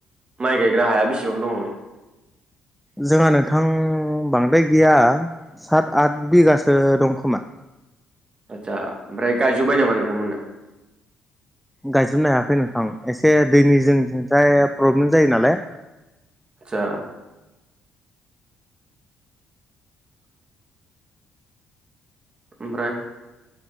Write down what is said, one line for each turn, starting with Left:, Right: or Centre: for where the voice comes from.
Right: माइ गायग्रा हाया बेसेबां दङ?
Centre: जोंहा नोंथां बांद्राय गैया सात आथ बिगासो दं खोमा।
Right: आदसा ओमफ्राय गायजोब्बाय नामा नोंथांमोनहा?
Centre: गायजोबनो हायाखै नोंथां एसे दैनि जोंनिथिंजाय प्रब्लेम जायो नालाय।
Right: आतसा। ओमफ्राय?